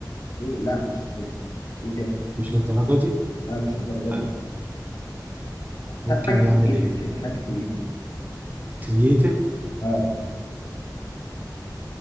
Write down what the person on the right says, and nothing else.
مش للدرجه دي
آه.
ممكن
يعمل
ايه
كرييتيف